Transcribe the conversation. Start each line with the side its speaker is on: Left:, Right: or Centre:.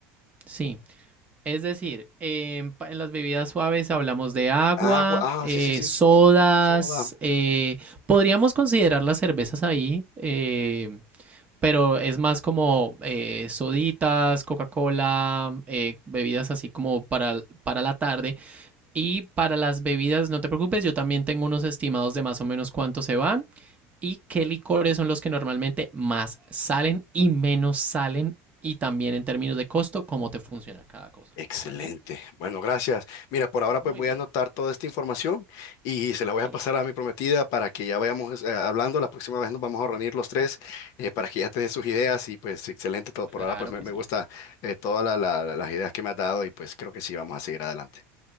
Right: sí. Es decir, en, pa- en las bebidas suaves hablamos de agua,
Left: Agua, ah,
Right: eh,
Left: sí, sí, sí,
Right: sodas.
Left: soda.
Right: eh, podríamos considerar las cervezas ahí, eh, pero es más como eh, soditas, Coca-Cola, eh, bebidas así como para, para la tarde. Y para las bebidas, no te preocupes, yo también tengo unos estimados de más o menos cuánto se van. y qué licores son los que normalmente más salen y menos salen y también en términos de costo, cómo te funciona cada cosa,
Left: Excelente.
Right: ¿vale?
Left: Bueno, gracias. Mira, por ahora pues
Right: Muy
Left: voy
Right: bien,
Left: a anotar toda esta información y se la voy
Right: sí,
Left: a pasar a mi prometida para que ya vayamos eh, hablando. La próxima vez nos vamos a reunir los tres eh, para que ya te dé sus ideas y pues excelente todo. Por
Right: claro
Left: ahora pues me,
Right: que
Left: me
Right: sí.
Left: gusta eh, todas la- la- las ideas que me has dado y pues creo que sí, vamos a seguir adelante.